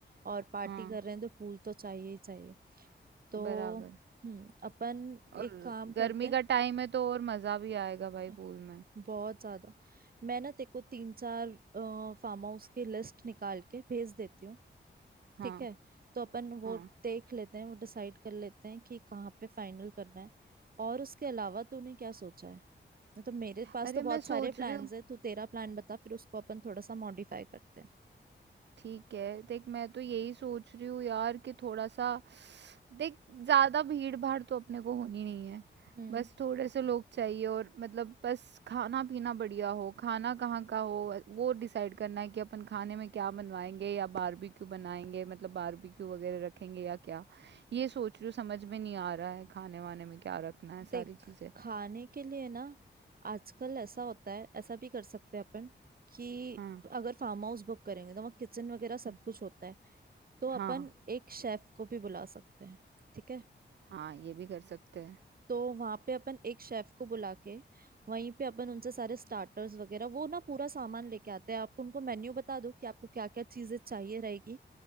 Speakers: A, on the right (about 50°); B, on the right (about 70°).
A: और पार्टी
B: हाँ
A: कर रहे हैं तो पूल तो चाहिए ही चाहिए तो
B: बराबर
A: हम्म अपन
B: और
A: एक काम करते
B: गर्मी का टाइम है तो और मज़ा भी आएगा भाई
A: हैं
B: पूल में
A: बहुत ज्यादा मैं ना तेको तीन चार फार्म हाउस की लिस्ट निकाल के भेज देती हूँ
B: हाँ
A: ठीक है तो अपन वो
B: हाँ
A: देख लेते हैं वो डिसाइड कर लेते हैं कि कहाँ पे फाइनल करना है और उसके अलावा तूने क्या सोचा है नहीं तो मेरे पास
B: अरे
A: तो बहुत
B: मैं
A: सारे
B: सोच
A: प्लान्स
B: रही हूँ
A: हैं तू तेरा प्लान बता फिर उसको अपन थोड़ा सा मॉडिफाई करते हैं
B: ठीक है देख मैं तो यही सोच रही हूँ यार कि थोड़ा सा देख ज्यादा भीड़ भाड़ तो अपने को होनी नहीं है
A: हम्म
B: बस थोड़े से लोग चाहिए और मतलब बस खाना पीना बढ़िया हो खाना कहाँ का हो वो डिसाइड करना है कि अपन खाने में क्या बनवाएंगे या बारबेक्यू बनाएंगे मतलब बारबेक्यू वगैरह रखेंगे या क्या ये सोच रही हूँ समझ में नहीं आ रहा है खाने वाने में क्या रखना है
A: देख
B: सारी चीजें
A: खाने के लिए ना आजकल ऐसा होता है ऐसा भी कर सकते हैं अपन कि
B: हाँ
A: अगर फार्म हाउस बुक करेंगे तो वहाँ किचन वगैरह सब
B: हम्म,
A: कुछ होता है तो अपन
B: हाँ
A: एक शेफ को भी बुला सकते हैं ठीक है
B: हाँ ये भी कर सकते हैं
A: तो वहां पे अपन एक शेफ को बुला के वहीं पे अपन उनसे सारे स्टार्टर्स वगैरह वो ना पूरा सामान लेके आते हैं आप उनको मेन्यू बता दो कि आपको क्या क्या चीजें चाहिए रहेगी